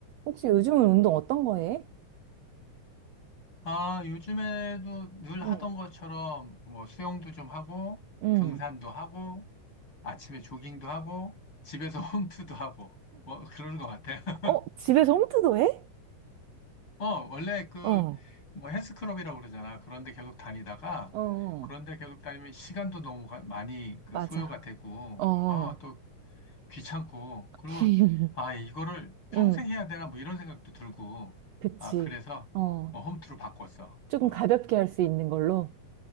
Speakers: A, on the right; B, on the left.
A: 혹시 요즘은 운동 어떤 거 해?
B: 아, 요즘에도 늘 하던
A: 응,
B: 것처럼 뭐 수영도 좀 하고,
A: 응.
B: 등산도 하고, 아침에 조깅도 하고, 집에서 <laughs> 홈트도 하고, 뭐 그러는 것 같아요. <laughs>
A: 어, 집에서 홈트도 해?
B: 어, 원래 그
A: 어,
B: 뭐 헬스클럽이라고 그러잖아. 그런데 계속 다니다가,
A: 어,
B: 그런데 계속 다니면 시간도 너무 가- 많이 그
A: 맞아.
B: 소요가 되고,
A: 어,
B: 아, 또 귀찮고,
A: <laughs>
B: 그리고 아, 이거를 평생
A: 응,
B: 해야 되나 뭐 이런 생각도 들고,
A: 그치.
B: 아, 그래서
A: 어.
B: 어, 홈트로 바꿨어.
A: 조금
B: 어,
A: 가볍게 할 수 있는 걸로?